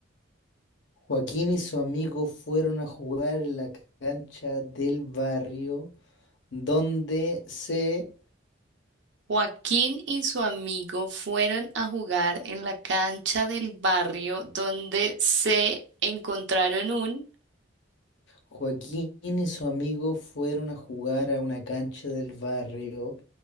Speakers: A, on the left (about 70°); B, on the right (about 65°).
A: Joaquín y su amigo fueron a jugar en la cancha del barrio donde se
B: Joaquín y su amigo fueron a jugar en la cancha del barrio donde se encontraron un
A: Joaquín y su amigo fueron a jugar a una cancha del barrio